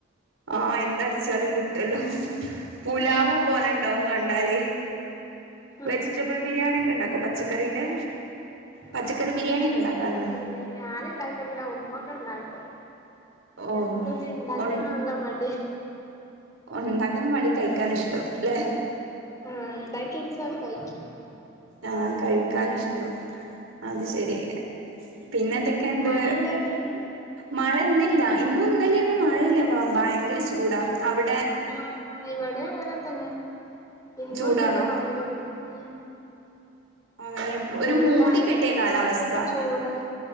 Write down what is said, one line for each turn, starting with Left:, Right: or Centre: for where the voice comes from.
Right: ആ എന്തടിച്ചാലും
Left: ഉം ഉം
Right: കിട്ടുല്ലോ പുലാവ് പോലണ്ടാവും കണ്ടാല് വെജിറ്റബിൾ
Left: ആഹ്
Right: ബിരിയാണി ഒക്കെ ഉണ്ടാക്കോ പച്ചക്കറീന്റെ പച്ചക്കറി
Left: ആ പച്ചക്കറിന്റെ
Right: ബിരിയാണി ഒക്കെ ഉണ്ടാക്കാറുണ്ടോ
Left: ഉണ്ടാക്കല്ണ്ട് ഞാന് ഉണ്ടാക്കലില്ല ഉമ്മക്കെ ഉണ്ടാക്കും
Right: ഓ
Left: ഞമ്മക്ക്
Right: ഓ
Left: പിന്നെ ഇണ്ടാക്കാൻ
Right: ഒണ്
Left: നല്ല മടിയ
Right: ഒണ്ടാ ക്കാനും മടി കഴിക്കാൻ ഇഷ്ടവും അല്ലെ
Left: ആ ഉണ്ടാക്കിവച്ചാല് കഴിക്കും
Right: ആ കഴിക്കാൻ ഇഷ്ടം അത് ശരിയ പിന്നെ എന്തൊക്കെയുണ്ട്
Left: മഴ ഇണ്ടായിനോ ഇന്ന്
Right: മഴ ഇന്നില്ല ഇന്നും ഇന്നല ഒന്നും മഴല്ല ഭയങ്കര ചൂട അവിടെ
Left: ആ ഇവിടെ അങ്ങനെ തന്നെ ഇന്നും
Right: ചൂടാണോ
Left: ഒന്നല് മരിയ ഉ
Right: ആഹ് ഒരു
Left: വെങ്കായിരത്തിപ്പത്തന്
Right: മൂടി കെട്ടിയ കാലാവസ്ഥ
Left: ചൂടായി